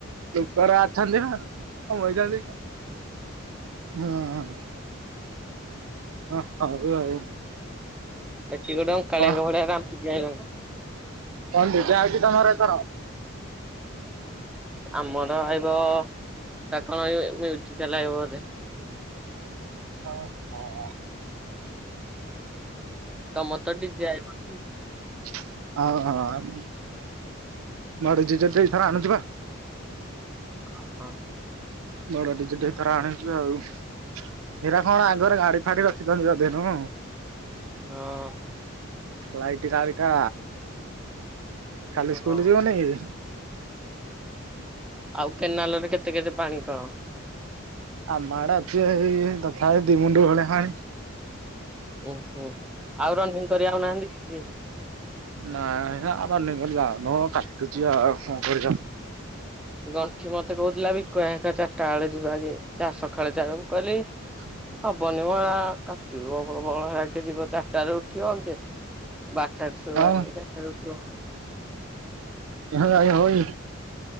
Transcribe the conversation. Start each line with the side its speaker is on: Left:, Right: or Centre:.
Right: ଲୋକଗୁଡ଼ା ଅଛନ୍ତି ନା ବାଇଚନ୍ତି। ହଁ। ଅ ହଉ ଆଉ।
Centre: ଏଠି ଗୋଟେ ଅଙ୍କାଳିଆଙ୍କ
Right: କଣ
Centre: ଭଳିଆ ରାମ୍ପିକି ଆଲା
Right: କଣ ଡି ଜେ ଆଇଛି ତମର ଏଥର?
Centre: ଆମର ଗାଁ ଆଇବ ତା କଣ ମଜିକାଲ ଆଇବ ବୋଧେ।
Right: ଓ ହ।
Centre: ତମର ତ ଡି ଜେ ଆଇ ବ
Right: ହ <unintelligible> ଲଡୁ ଡି ଜେ ତ ଏଇଥର ଆଣୁଛି ପା।
Centre: ଓ ହୋ।
Right: ବଡ଼ ଡି ଜେ ଟେ ଏଥର ଆଣୁଚୁ ଆଉ। ହେରା କଣ ଆଗରେ ଗାଡ଼ି ଫାଡ଼ି ରଖିଚନ୍ତି ବୋଧେ ନୁ।
Centre: ହଁ।
Right: ଲାଇଟ ଗାଡ଼ିଟା କାଲି ସ୍କୁଲ୍
Centre: ହଁ
Right: ଯିବୁନି କି?
Centre: ଆଉ କେନାଲ୍ ରେ କେତେ କେତେ ପାଣି କଣ?
Right: ଆମ ଆଡେ ଅଛି ଏଇ ଏଇ ତଥାପି ଦି ମୁଣ୍ଡୁ ଭଳିଆ ପାଣି।
Centre: ଉଁ ହୁଁ ଆଉ ରନିଂ କରି ଆଉ ନାହାନ୍ତି କି?
Right: ନାଇଁ ହେରା ରନିଂ କରି ଯାଉନୁ କାଟୁଚି ଆଉ କଣ କରିବା।
Centre: ଗଣ୍ଠି ମତେ କହୁଥିଲା ବିକୁ ଭାଇ ହରକା ଚାରିଟା ବେଳେ ଯିବା କି ଚା ସକାଳେ ଚଳକୁ କହିଲି।
Right: ହ
Centre: ହବନି ମ ହେରା କାଟିବ ବଳ ହେରା କିଏ ଯିବ ଚାରିଟରୁ ଉଠିବ କିଏ। ବାରଟା ରୁ ଶସୋଇବ
Right: ଆଉ
Centre: ରାତି ଚାରଟା ରୁ ଉଠିବ।
Right: <unintelligible>